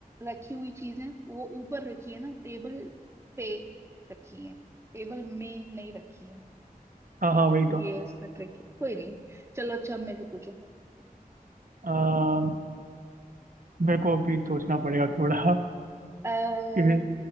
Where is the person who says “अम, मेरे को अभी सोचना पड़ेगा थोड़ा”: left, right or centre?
Right